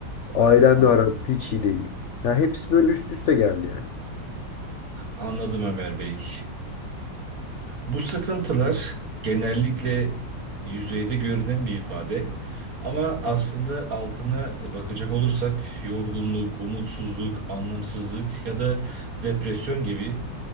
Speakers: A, on the left; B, on the right.
A: Ailemle
B: An-
A: aram hiç iyi değil. Ya hepsi böyle üst üste geldi yani.
B: Anladım Ömer Bey. Bu sıkıntılar genellikle yüzeyde görünen bir ifade ama aslında altına e, bakacak olursak yorgunluk, umutsuzluk, anlamsızlık ya da depresyon gibi